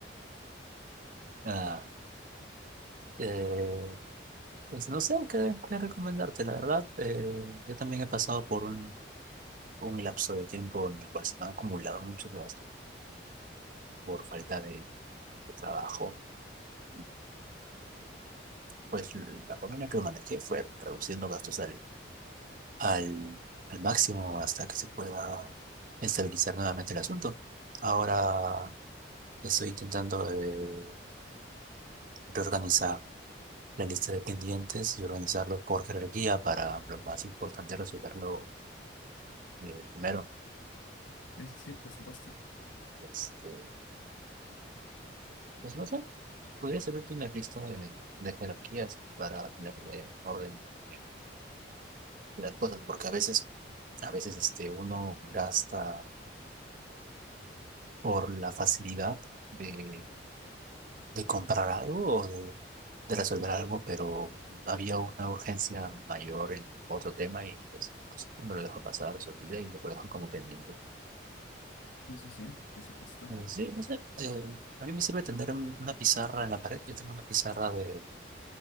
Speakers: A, on the right (about 45°); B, on the left (about 80°).
A: Ah, eh, Pues no sé qué, qué recomendarte, la verdad. eh, yo también he pasado por un, un lapso de tiempo en el cual se me han acumulado muchos gastos por falta de, de trabajo. Y pues la forma en que lo manejé fue reduciendo gastos al, al, al máximo hasta que se pueda estabilizar nuevamente el asunto. Ahora estoy intentando eh, reorganizar la lista de pendientes y organizarlo por jerarquía para lo más importante resolverlo eh, primero.
B: Sí, sí, sí, por supuesto.
A: Este, pues no sé. Podría servirte una lista de, de jerarquías para tenerle orden también de las cosas, porque a veces, a veces este, uno gasta por la facilidad de, de comprar algo o de, de resolver algo, pero había una urgencia mayor en otro tema y pues no sé, me lo dejo pasar, se olvida y lo dejo como pendiente.
B: Eso sí, sí, por supuesto.
A: Eh, Sí, no sé, eh, a mí me sirve tener un- una pizarra en la pared, yo tengo una pizarra de,